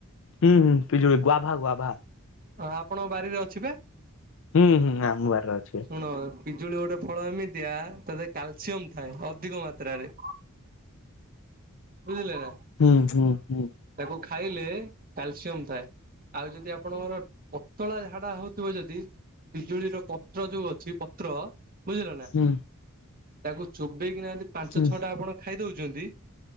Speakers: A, on the left; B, on the right.
A: ହୁଁ ହୁଁ ପିଜୁଳି ଗୁଆ ଭା ଗୁଆ ଭା।
B: ହଁ ଆପଣଙ୍କ ବାରିରେ ଅଛିି ପା?
A: ହୁଁ ହୁଁ ଆମ ବାରି ରେ ଅଛି ଵା।
B: ଶୁଣ ପିଜୁଳି ଗୋଟେ ଫଳ ଏମିତିଆ ତା ଦେ କାଲସିୟମ ଥାଏ ଅଧିକ ମାତ୍ରାରେ।
A: <unintelligible>
B: ବୁଝିଲେ ନାଁ?
A: ହୁଁ ହୁଁ ହୁଁ।
B: ତାକୁ ଖାଇଲେ କାଲସିୟମ ଥାଏ। ଆଉ ଯଦି ଆପଣଙ୍କର ପତଳା ଝାଡା ହଉଥିବ ଯଦି ବିଜୁଳିର ପତ୍ର ଯୋଉ ଅଛି ପତ୍ର ବୁଝିଲ ନା
A: ହୁଁ
B: ତାକୁ ଚୋବେଇକିନା ଯଦି ପାଞ୍ଚ
A: ହୁଁ
B: ଛଅଟା ଆପଣ ଖାଇ ଦଉଛନ୍ତି